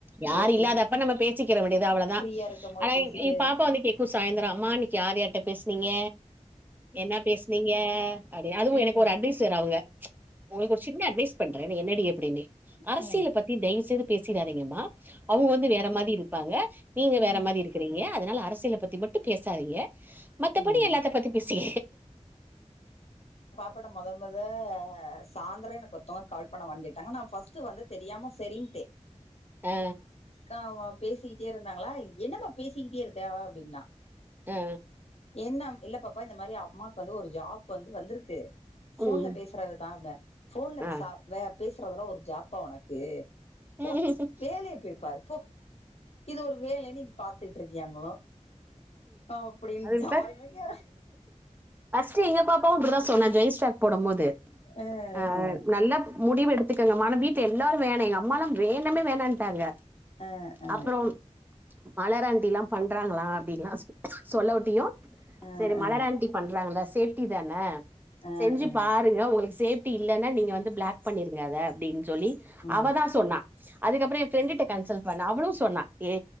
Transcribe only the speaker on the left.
ஏதோ ஃப்ரீ
ஃப்ரீயா இருக்கும் போது
பேசிட்டு
ம்
ம்
ம்
ம்
இப்பட மொதல் மொத சாந்தரோ எனக்கு ஒத்தவங்க கால் பண்ணவான் கேட்டாங்க நா ஃபஸ்ட்டு வந்து தெரியாம செரின்ட்டே
கா வா பேசிக்கிட்டே இருந்தாங்ளா என்னமா பேசிக்கிட்டே இருக்க அப்டின்னா
என்ன இல்ல பாப்பா இந்த மாரி அம்மாக்கு வந்து ஒரு ஜாப் வந்து வந்துருக்கு ஃபோன்ல
பேசுறதுதா அப்பன ஃபோன்ல
ச பேசுறதெல்லா ஒரு ஜாப்பா ஒனக்கு
போ வேலய போய்பாரு போ இது ஒரு வேலைன்னு நீ பாத்துட்டு இருக்கியாங்களு அப்டின்ட்டா
எனக்கே
அ அ
அ
அ
அ
அ
அ
ம்